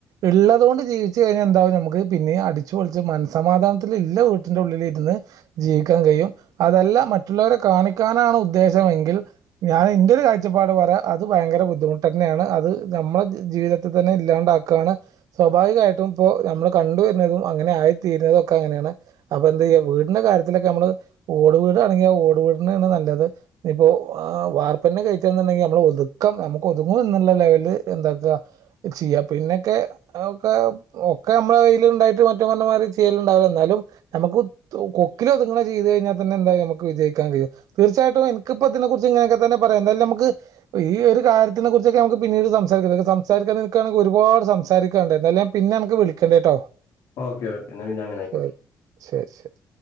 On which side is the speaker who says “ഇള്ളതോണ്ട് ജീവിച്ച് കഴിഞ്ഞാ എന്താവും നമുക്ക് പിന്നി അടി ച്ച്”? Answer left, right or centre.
Right